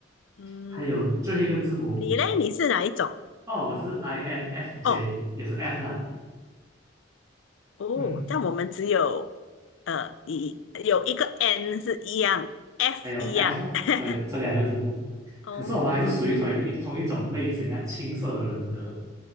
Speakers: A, on the left; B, on the right.
A: 嗯，
B: 还有最后一个字母
A: 你嘞，你是哪一种？
B: 哦，我是 INFJ，
A: 哦，
B: 也是 F 啦，
A: 哦，
B: 嗯，
A: 但我们只有呃，一有一个 n 是一样，f
B: 还有
A: 一样。
B: F，哦对，
A: <laughs>
B: 这两个字母，
A: 哦
B: 可是我们还是属于同一个同一种类型啊，青色的人格，